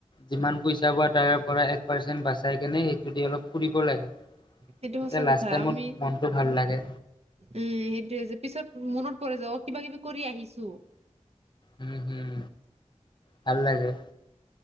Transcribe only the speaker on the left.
যিমান পইচা পোৱা তাৰ পৰা এক পাৰ্চেন্ট বাচি চাই কেনে সেইটো দি অলপ ফুৰিব লাগে
তেতিয়া
লাষ্ট
টাইমত
মনটো ভাল লাগে
উম হম ভাল লাগে